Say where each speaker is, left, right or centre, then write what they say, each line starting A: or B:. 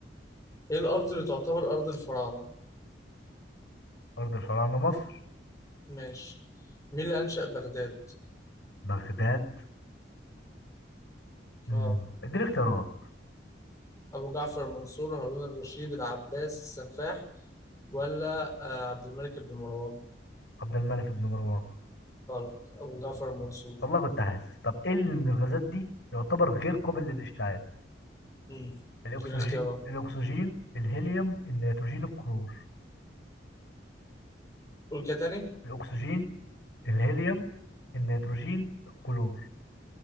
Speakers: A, on the left; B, on the left.
A: إيه الأرض اللي تعتبر أرض الفراعنة
B: أرض الفراعنة مصر
A: ماشي مين اللي أنشأ بغداد
B: بغداد مم.
A: آه
B: اديني اختيارات
A: أبو جعفر المنصور هارون الرشيد العباس السفاح ولا آه عبد الملك بن مروان
B: عبد الملك بن مروان
A: غلط أبو جعفر المنصور
B: والله كنت حاسس طب إيه اللي من الغازات دي يعتبر غير قابل للاشتعال
A: مم.
B: الأكسجين
A: دي الاختيارات
B: الأكسجين الهيليوم النيتروجين الكلور
A: قول كده تاني
B: الأكسجين الهيليوم النيتروجين الكلور